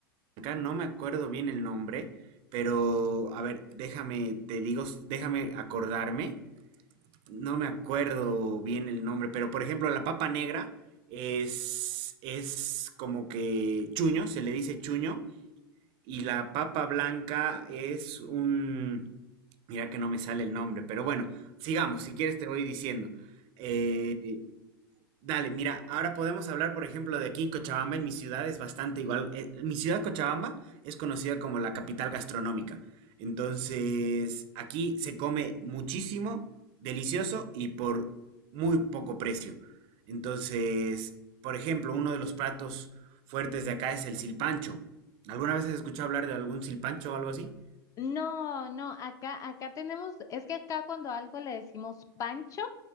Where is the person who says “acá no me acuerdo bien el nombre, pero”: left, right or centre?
Right